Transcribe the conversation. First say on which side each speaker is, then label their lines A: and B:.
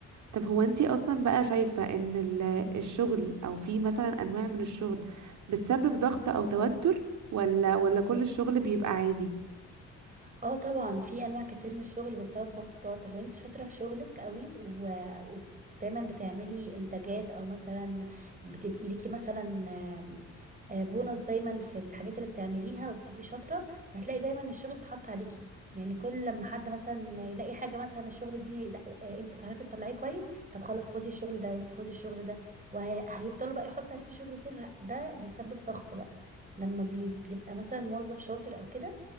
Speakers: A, on the right; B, on the right.
A: طب هو انتي اصلا بقى شايفة ان ال- الشغل او في مثلا انواع من الشغل بتسبب ضغط او توتر ولا ولا كل الشغل بيبقى عادي
B: اه طبعا في انواع كتير من الشغل بتسبب ضغط التوتر لو انت شاطره في شغلك قوي و... و... دايما بتعملي انتاجات او مثلا بتبقي ليكي مثلا آم، آه، بونص دايما في الحاجات اللي بتعمليها وبتبقي شاطره هتلاقي دايما الشغل بيتحط عليكي يعني كل لما حد مثلا يلاقي حاجه مثلا الشغل دي لا آه، انت هتعرفي تطلعيه كويس طب خلاص خدي الشغل ده انت خدي الشغل ده وهيفضلوا بقى يحطوا عليكي شغل كتير وه- ده بيسبب ضغط بقى لما بي- بيبقى مثلا موظف شاطر او كده